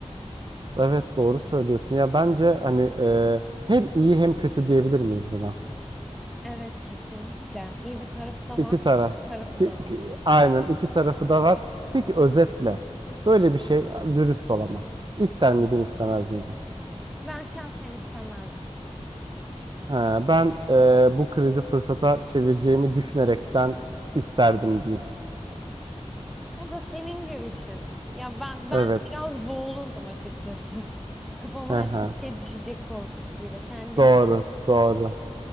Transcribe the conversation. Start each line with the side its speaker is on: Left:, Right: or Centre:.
Right: Evet doğru söylüyorsun. Ya bence hani e, hem iyi hem kötü diyebilir miyiz buna?
Centre: evet kesinlikle. İyi bir tarafı da
Right: İki
Centre: var,
Right: taraf.
Centre: kötü bir tarafı
Right: Ki-
Centre: da var.
Right: ki- aynen iki tarafı da var. Peki özetle böyle bir şey dürüst ol ama. İster miydin istemez miydin?
Centre: Ben şahsen istemezdim ya.
Right: Ha, ben e, bu krizi fırsata çevireceğimi düşünerekten isterdim diyeyim.
Centre: O da senin görüşün. Ya ben ben
Right: Evet.
Centre: biraz boğulurdum açıkçası. <laughs> Kafama
Right: Hı
Centre: her
Right: hı.
Centre: bir şey düşecek korkusuyla kendimi
Right: Doğru doğru.